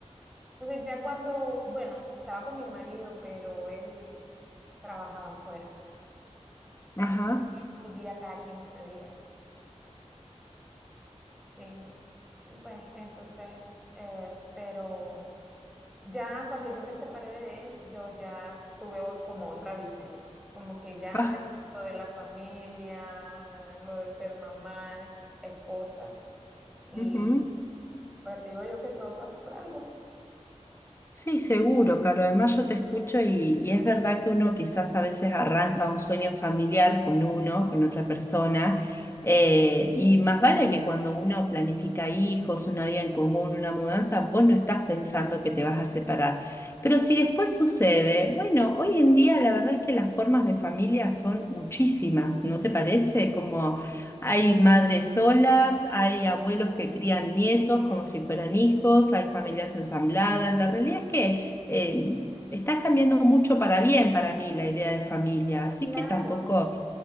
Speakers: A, in the centre; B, on the left.
A: Entonces ya cuando, bueno, estaba con mi marido, pero él trabajaba afuera,
B: Ajá.
A: entonces él volvía cada 15 días, sí, pues entonces, eh, pero Ya cuando yo me separé de él, yo ya tuve o- como otra visión, como que ya
B: Ah,
A: dejé lo de la familia, lo de ser mamá, esposa, y
B: ujú.
A: pues digo yo que todo pasa por algo.
B: Sí, seguro, Caro. Además yo te escucho y, y es verdad que uno quizás a veces arranca un sueño familiar con uno, con otra persona, eh, y más vale que cuando uno planifica hijos, una vida en común, una mudanza, vos no estás pensando que te vas a separar. Pero si después sucede, bueno, hoy en día la verdad es que las formas de familia son muchísimas, ¿no te parece? Como hay madres solas, hay abuelos que crían nietos como si fueran hijos, hay familias ensambladas. La realidad es que eh, está cambiando mucho para bien para mí la idea de familia, así
A: Claro.
B: que tampoco